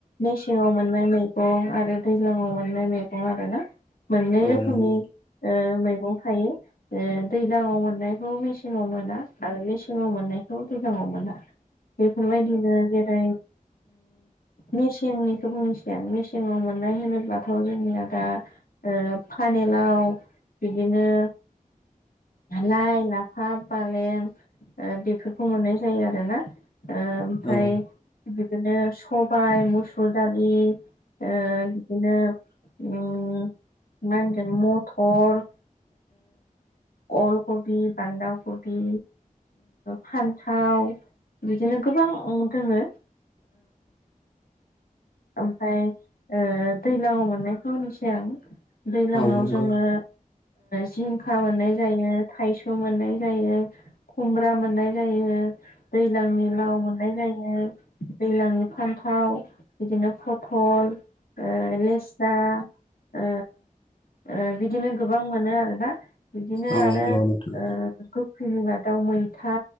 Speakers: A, on the left; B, on the left.
A: मेसेंाव मोननाय मैगं आरो दैज्लाङआव मोननाय मैगं आर ना मोननै
B: औ
A: रोखोमनि
B: नंगौ
A: मैगं थायो दैज्लाङाव मोननायखौ मेसेङाव मोना आरो मेसेङाव मोननायखौ दैज्लाङाव मोना बेफोरबायदिनो जेरै मेसेंनिखौ बुंसै आं मेसे सिङाव मोननाय होनोब्लााथ' जोंनिया दा पानलाव बिदिनो लाइ लाफा फालें ओ बेफोरखौ मोननाय जायो आरो ना ओमफ्राय
B: औ
A: बिदिनो सबाय मोसुर दालि <inaudible> बिदिनो मा होनगोन मथर अलकबि बान्दा कबि फान्थाव बिदिनो गोबां दङो ओमफ्राय दैज्लाांआव मोननायखौ होनसै आं दै्लाङाव
B: औ नंगौ
A: जोङो जिंखा मोननाय जायो थायस' मोननाय जायो खुमब्रा मोननाय जायो दैज्लांनि लाव मोननाय जायो दैज्लांनि फान्थाव बिदिनो फथल ओ लेस्रा ओ ओ बिदिनो गोबां मोनो आरोना बिदिनो
B: औ
A: आरो
B: नंगौ नोंथां
A: फैनिबा दाउ मैथा